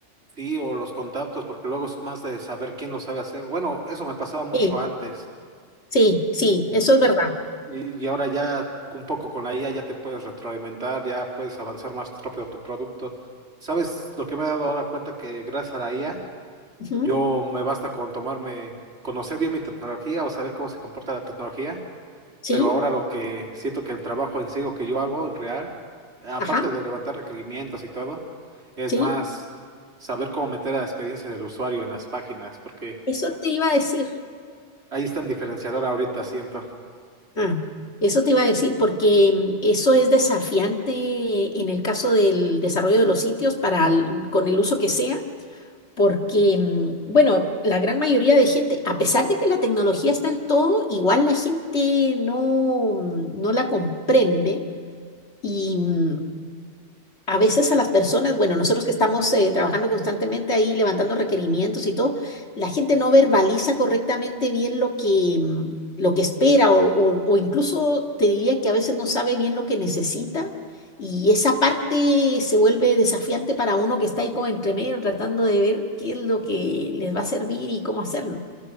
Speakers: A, on the right; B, on the left.
A: Sí, o los contactos, porque luego es más de saber quién lo sabe hacer. Bueno, eso me pasaba mucho
B: Sí,
A: antes.
B: sí, sí,
A: Y,
B: eso es verdad.
A: y- y ahora ya un poco con la IA ya te puedes retroalimentar, ya puedes avanzar más rápido tu producto. ¿Sabes lo que me he dado ahora cuenta que gracias a la IA,
B: Ujú,
A: yo me basta con tomarme, conocer bien mi tecnología o saber cómo se comporta la tecnología
B: Sí,
A: pero ahora lo que siento que el trabajo en sí, lo que yo hago en real, aparte
B: ajá,
A: de levantar requerimientos y todo, es
B: sí.
A: más saber cómo meter a la experiencia del usuario en las páginas, porque
B: Eso te iba a decir.
A: ahí está el diferenciador ahorita, siento.
B: Ah, eso te iba a decir, porque mm, eso es desafiante en el caso del desarrollo de los sitios para el- con el uso que sea, porque, mm, bueno, la gran mayoría de gente, a pesar de que la tecnología está en todo, igual la gente no, mm, no la comprende. Y, mm, a veces a las personas, bueno, nosotros que estamos eh, trabajando constantemente ahí, levantando requerimientos y todo, la gente no verbaliza correctamente bien lo que, mm, lo que espera o, o- o incluso te diría que a veces no sabe bien lo que necesita y esa parte se vuelve desafiante para uno que está ahí como entre medio tratando de ver qué es lo que les va a servir y cómo hacerlo.